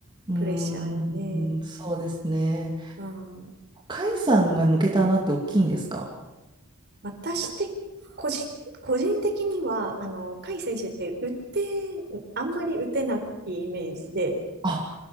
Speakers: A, on the right; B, on the right.
A: うーんそうですね。
B: プレッシャーにね。うん。
A: 甲斐さんが抜けた穴って大きいんですか
B: 私的、個人、個人的には、あの、甲斐選手って打って、あんまり打てないイメージで、
A: あ、